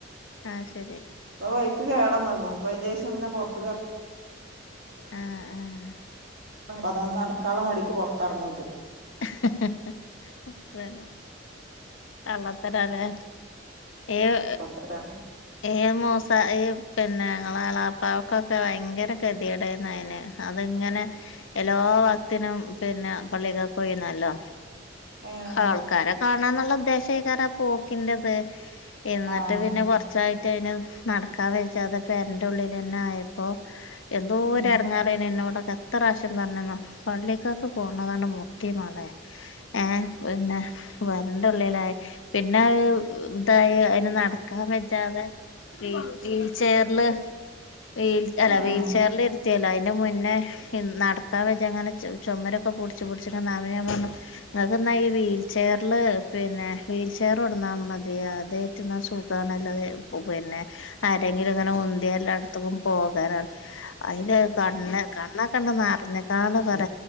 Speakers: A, on the left; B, on the right.
A: ആ ശരി
B: ഇപ്പൊ ബൈക്ക് കേടന്നക്കുണു ഇപ്പ അയിന്റേശം പിന്നെ പുറത്ത്ക്ക്
A: ആ ആഹ്
B: അതാണ് നടക്കാള്ള മടിക്ക് പൊർത്തറങ്ങൂല്യപ്പോ
A: ഹ് ഹ് ഹ് വേറെ കള്ളത്തരാല്ലേ ഏഹ്
B: തരാം
A: ഏ മൂസ ഈ പിന്നെ ങ്ങളെ എളാപ്പാക്കൊക്കെ ഭയങ്കര കെത്യേടായിരുന്നു അയിന് അവൻ ഇങ്ങനെ എല്ലോ വക്ത്തിനും പിന്നെ പള്ളിക്കക്കോയ്ന്നല്ലോ
B: ഏഹ്
A: ആൾക്കാരെ കാണാന്ന്ള്ള ഉദ്ദേശേക്കാരം ആഹ് പോക്കിന്റെത് എന്ന്ട്ട്
B: ആഹ്
A: പിന്നെ കാെറച് ച്ചായിട്ട് അയിന് നടക്കാൻ വജ്ഞാതെ പേരന്റെ ഉള്ളിലെന്നെ ആയപ്പോ എന്തോരെടങ്ങേറാ
B: ഉം
A: പെണ്ണിന്നോടൊക്കെ എത്ര പ്രാവശ്യം പറഞ്ഞന്നോ. പള്ളിക്കൊക്കെ പോണതാണ് മുട്ടി മോളെ. ഏഹ് പിന്നെ വരണ്ട് ഉള്ളിലായി. പിന്നെ ഏഹ് ഡയ അതിന് നടക്കാൻ പറ്റാതെ വീൽ വീൽ ചെയറില് വീൽ അല്ല
B: ഏഹ്
A: വീൽ വീൽ ചെയറിൽ ഇരുത്തിയല്ലോ. അതിന് മുന്നേ നടക്കാൻ വെച്ച അങ്ങനെ ചുമരൊക്കെ പൂടു <unintelligible> ഇങ്ങള്ക് എന്നാ ഈ വീൽ ചെയറില് പിന്നെ വീൽ ചെയർ കൊടു ന്നാൽ മതി അത്. <unintelligible> സുഖാണ് ല്ലത് പിന്നെ ആരെങ്കിലും ഇങ്ങനെ ഉന്തിയാ എല്ലായിടത്തക്കും പോകാനാ, അയിലെ കണ്ണ്, കണ്ണെക്കെ ആണ്ട് നറഞ്ഞനെക്കാളും പറ.